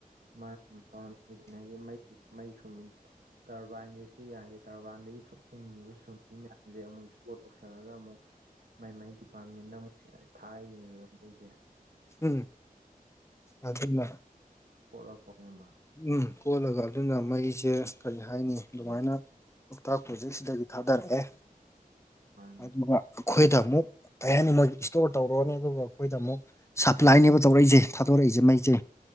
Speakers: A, on the right (about 80°); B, on the left (about 20°).
A: ꯃꯥ ꯄꯥꯝꯉꯒꯤ ꯃꯩ ꯃꯩ ꯁꯨꯝ ꯇꯔꯕꯥꯏꯟꯁꯦ ꯁꯤ ꯌꯥꯁꯦ ꯇꯔꯕꯥꯏꯟꯗꯒꯤ ꯁ ꯎꯡꯉꯤꯕ ꯁꯨꯝꯤꯡ ꯃꯌꯥꯝꯁꯦ ꯑꯃꯨꯛ ꯏꯁꯇꯣꯔ ꯇꯧꯁꯜꯂꯒ ꯑꯃꯨꯛ ꯃꯥꯏ ꯃꯥꯏ ꯗꯤꯄꯥꯔꯠꯃꯦꯟꯗ ꯑꯃꯨꯛ ꯊꯥꯛꯅꯦ ꯑꯗꯨ ꯑꯩꯁ
B: ꯎꯝ ꯑꯗꯨꯅ
A: ꯄꯂꯞꯄꯉꯕ
B: ꯎꯝ ꯀꯣꯜꯂꯒ ꯑꯗꯨꯅ ꯃꯩꯁꯦ ꯀꯔꯤ ꯍꯥꯏꯅꯤ ꯑꯗꯨꯃꯥꯏꯅ ꯂꯣꯛꯇꯥꯛ ꯄ꯭ꯔꯣꯖꯦꯛꯁꯤꯗꯒꯤ ꯊꯥꯗꯔꯛꯑꯦ
A: ꯃꯥꯅ
B: ꯑꯗꯨꯒ ꯑꯩꯈꯣꯏꯗ ꯑꯃꯨꯛ ꯀꯩ ꯍꯥꯏꯅꯤ ꯃꯣꯏ ꯏꯁꯇꯣꯔ ꯇꯧꯔꯛꯅꯤ ꯑꯗꯨꯒ ꯑꯩꯈꯣꯏꯗ ꯑꯃꯨꯛ ꯁꯄ꯭ꯂꯥꯏꯅꯦꯕ ꯇꯧꯔꯛꯏꯁꯦ ꯊꯥꯗꯣꯔꯛꯏꯁꯦ ꯃꯩꯁꯦ